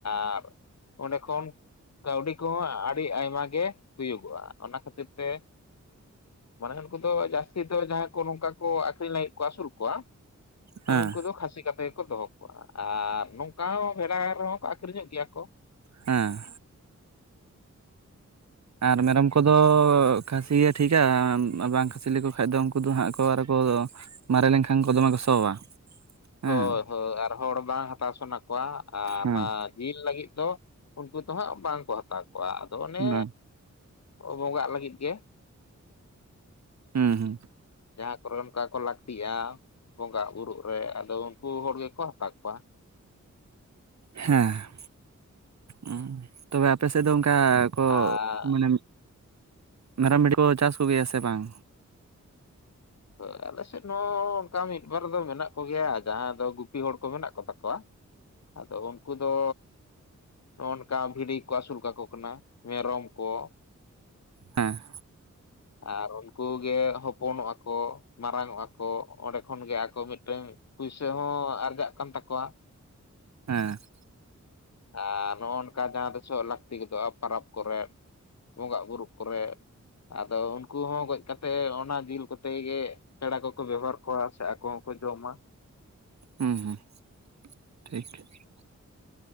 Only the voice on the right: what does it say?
ᱦᱮᱸ
ᱦᱮᱸ᱾ ᱟᱨ ᱢᱮᱨᱚᱢ ᱠᱚᱫᱚ ᱠᱷᱟᱹᱥᱤ ᱜᱮ ᱴᱷᱤᱠᱟ ᱵᱟᱝ ᱠᱷᱟᱹᱥᱤ ᱞᱮᱠᱚ ᱠᱷᱟᱱ ᱫᱚ ᱩᱱᱠᱩ ᱫᱚ ᱦᱟᱸᱜ ᱠᱚ ᱟᱨᱚᱠᱚ ᱢᱟᱨᱮ ᱞᱮᱱᱠᱷᱟᱱ ᱠᱚ ᱫᱚᱢᱮ ᱠᱚ ᱥᱚᱣᱟ᱾ ᱦᱮᱸ
ᱦᱮᱸ
ᱵᱟᱝ
ᱦᱮᱸ ᱦᱮᱸ᱾
ᱦᱮᱸ ᱚ ᱾ ᱛᱚᱵᱮ ᱟᱯᱮᱥᱮᱫ ᱫᱚ ᱚᱱᱠᱟ ᱠᱚ
ᱢᱟᱱᱮ ᱢᱮᱨᱚᱢ ᱵᱷᱤᱰᱤ ᱠᱚ ᱪᱟᱥ ᱠᱚᱜᱮᱭᱟ ᱥᱮ ᱵᱟᱝ?
ᱦᱮᱸ᱾
ᱦᱮᱸ ᱾
ᱦᱩᱸ ᱦᱮᱸ ᱴᱷᱤᱠ ᱾